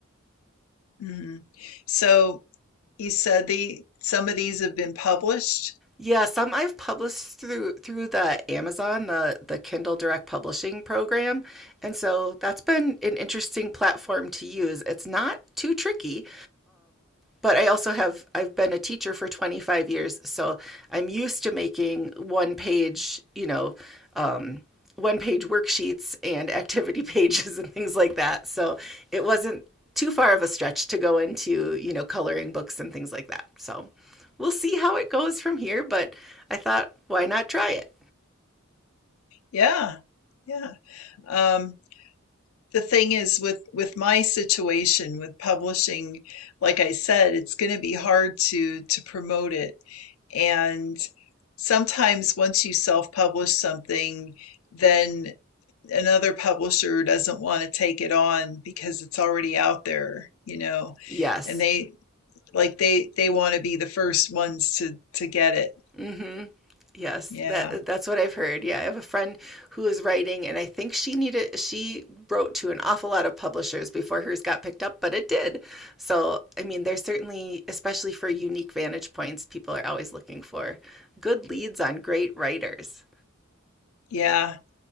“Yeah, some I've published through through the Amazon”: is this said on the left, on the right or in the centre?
Centre